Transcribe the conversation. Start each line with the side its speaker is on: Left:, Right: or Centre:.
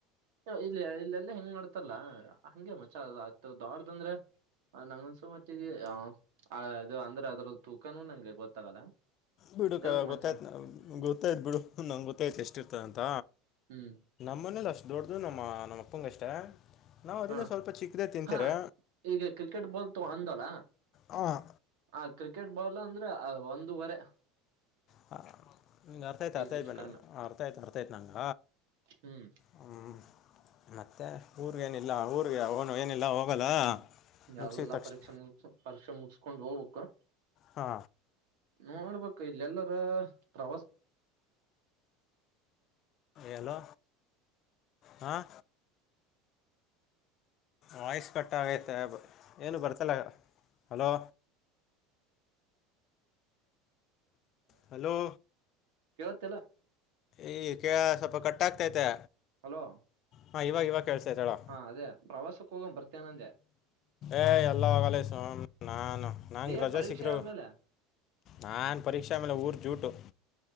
Right: ಇಲ್ಲಿ ಇಲ್ಲೆಲ್ಲಾ ಹೆಂಗ ಮಾಡ್ತಾರಲ್ಲ ಹಂಗೆ ಮಚ ಅ ದೊಡ್ದಂದ್ರೆ ನಂಗನ್ಸು ಮಟ್ಟಿಗೆ ಅದು ಅಂದ್ರೆ ಅದ್ರ ತೂಕನೂ ನಂಗೆ ಗೊತ್ತಾಗಲ್ಲ
Left: ಬಿಡು ಕ
Right: ಇರ್ತ್
Left: ಗೊತ್ತಾಯ್ತ್
Right: ಮಚ್ಚ
Left: ಗೊತ್ತಾಯ್ತ್ ಬಿಡು ನಂ ಗೊತ್ತಾಯ್ತ ಎಷ್ಟ ಇರ್ತದ ಅಂತ
Right: ಹ್ಮ್
Left: ನಮ್ಮ ಮನೇಲಿ ಅಷ್ಟು ದೊಡ್ಡ್ದು ನಮ್ಮ ನಮ್ಮ ಅಪ್ಪಂಗ ಅಷ್ಟೇ ನಾವು ಅದರಿಂದ
Right: ಹಾ
Left: ಸ್ವಲ್ಪ ಚಿಕ್ಕದೇ ತಿಂತೀರಿ
Right: ಹಾ ಈಗ ಕ್ರಿಕೆಟ್ ಬೋಲ್ತು ಅಂದಲ
Left: ಹಾಂ
Right: ಆ ಕ್ರಿಕೆಟ್ ಬಾಲ್ ಅಂದ್ರೆ ಒಂದುವರೆ
Left: ಹ ಅರ್ಥ ಆಯ್ತ್ ಅರ್ಥಯತ್
Right: ಹೆಚ್ಚು
Left: ಬೇ
Right: ಕಡಿಮೆ
Left: ನಂಗ ಅರ್ಥ ಆಯ್ತ ಅರ್ಥಯತ್ ನಂಗ
Right: ಹ್ಮ್
Left: ಹ್ಮ ಮತ್ತೆ ಹ ಊ ಏನಿಲ್ಲ ಊರಿಗೆನು ಏನಿಲ್ಲ ಹೋಗಲ್ಲ ಮುಗಿಸಿದ
Right: ಎಲ್ಲಾ
Left: ತಕ್ಷಣ
Right: ಪರೀಕ್ಷೆ ಮುಗ ಪರೀಕ್ಷೆ ಮುಗ ಕಕೊಂಡ್ ಹೋಗಬೇಕು
Left: ಹಾ
Right: ನೋಡ್ಬೇಕು ಇಲ್ಲೆಲ್ಲರ ಪ್ರವಾಸ
Left: ಎಲೋ ಹಾಂ ವಾಯ್ಸ್ ಕಟ್ಟ ಆಗೈತೆ ಏನು ಬರ್ತಲ್ಲ ಹಲೋ ಹಲೋ
Right: ಕೇಳುತ್ತಿಲ್ಲ
Left: ಈಏ ಕೆ ಸ್ವಲ್ಪ ಕಟ್ಟಾಗಗ್ತೈತೆ
Right: ಹಲೋ
Left: ಹಾ ಇವಾಗ ಇವಾಗ ಹೇಳೋ
Right: ಹಾ ಅದೇ ಪ್ರವಾಸ ಹೋಗೊಬರ್ತೇನಂದೆ
Left: ಏ ಎಲ್ಲವಾಗಲ್ಲೇ ಸೋಮ ನಾನು ನಂಗ
Right: ಏ
Left: ರಜಾ
Right: ಪರೀಕ್ಷೆ
Left: ಸಿಕ್ರೆ
Right: ಆದ್ಮೇಲೆ
Left: ನಾನ್ ಪರೀಕ್ಷೆ ಮೇಲೆ ಊರ್ ಜೂಟು